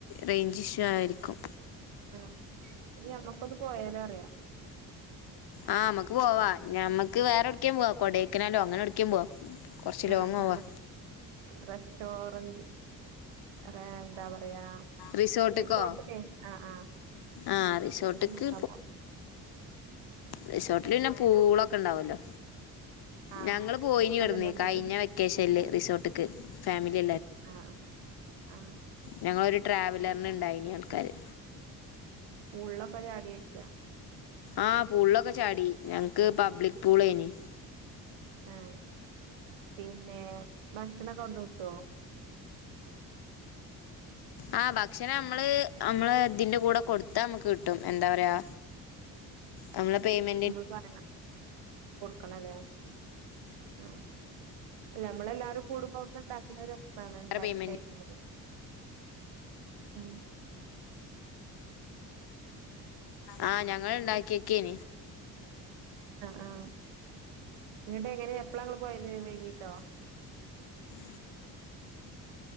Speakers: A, on the left; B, on the right.
A: റേഞ്ച് ഇഷ്യൂ ആയിരിക്കും
B: ആഹ് ഇനി ഞമ്മക്കൊന്ന് പോയാലോ റിയാ
A: ആഹ് നമ്മക്ക് പോവാ ഞമ്മക്ക് വേറെ എടക്ക പോവാ കൊടേക്കനാലോ അങ്ങനെ എവിടേക്കോ പോവാ കൊറച്ച്
B: ആഹ്
A: ലോങ് പോവാ
B: റസ്‌റ്റോറന്റ് റേ എന്താ പറയാ
A: റിസോർട്ട്ക്കോ
B: റിസോർട്ടിലേ ആ ആ
A: ആഹ് റിസോർട്ട്ക്ക്
B: അവടെ നിക്കാ പോവാ
A: റിസോർട്ടിൽ പിന്നെ പൂളൊക്കെ ഉണ്ടാവല്ലോ
B: ആ
A: ഞങ്ങള് പോയിന്
B: നമ്മക്ക്
A: ഇവിടന്ന്
B: അതല്ലേ എൻജോയ്
A: കഴിഞ്ഞ വെക്കേഷനില് റിസോർട്ട്ക്ക് ഫാമിലി
B: ആഹ് ആഹ്
A: ഞങ്ങളരു ട്രാവലറിനണ്ടായിനി ആൾക്കാാര്
B: പൂളിലൊക്കെ ചാടിയോയ്ച്ച
A: ആഹ് പൂളൊക്കെ ചാടി ഞങ്ങക്ക് പബ്ലിക് പൂളെയ്നി
B: ആഹ് പിന്നെ ഭക്ഷണക്കെ അവിടുന്ന് കിട്ടുവോ <inaudible>
A: ആഹ് ഭക്ഷണ നമ്മള് നമ്മള് ഇതിന്റെ കൂടെ കൊടുത്താ നമ്മക്ക് കിട്ടും എന്താ പറയാ
B: <inaudible>
A: നമ്മളെ പേയ്‌മെ
B: നമ്മൾ പറയണം കൊടുക്കണല്ലേ ആഹ് അല്ല നമ്മളെല്ലാരും കൂടുമ്പോ ഒന്ന് ഉണ്ടാക്കുന്നരസാ ഉണ്ടാക്കി
A: പേയ്മെന്റ്
B: കഴിക്കുന്നത് ഉ
A: ആഹ് ഞങ്ങള് ഇണ്ടാക്കിയൊക്കേന്
B: ആഹ് ആഹ് ഇങ്ങോട്ട് എങ്ങനാ എപ്പളാ ഇങ്ങൾ പോയത് വൈകീട്ടോ
A: <inaudible>